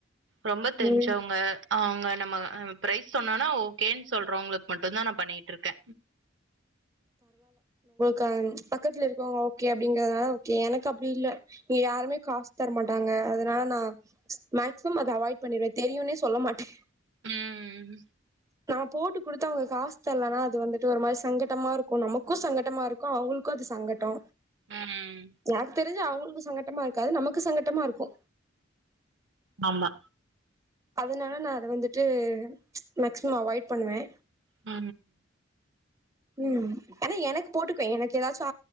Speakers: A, on the right; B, on the right.
A: ரொம்ப தெரிஞ்சவங்க
B: ம்
A: அவங்க நம்ம ஆ ப்ரைஸ் சொன்னோனா ஓகேன்னு சொல்றவங்களுக்கு மட்டோதா நா பண்ணிட்டுயிருக்கே
B: க பக்கத்துல இருக்கவங்க ஓகே அப்டிங்குறனால கே எனக்கு அப்டி இல்ல இங்க யாருமே காசு தர மாட்டாங்க அத நானா ஸ் மேக்ஸ் த்தமா அத அவாய்ட் பண்ணிருவே தெரியுனே சொல்ல மாட்டே
A: ம்
B: <inaudible> நா போட்டு குடுத்து அவங்க காசு தரலன்னா அது வந்துட்டு ஒரு மாரி சங்கட் டமா இருக்கோ நமக்கோ சங்கட்டமாயிருக்கோ அவங்களுக்கோ அது சங்கட்டோ
A: ம்
B: ஜாக்கெட்டு தெரிஞ்சி அவங்களுக்கு சங்கட்டமாயிருக்காது நமக்கு சங்கட்டமாயிருக்கோ
A: ஆமா
B: அதனால நா அத வந்துட்டு மேக்சிமம் அவாய்ட் பண்ணுவே
A: உ
B: ஹு ஆனா எனக்கு போட்டுக்குவே எனக்கு எதாச்சோ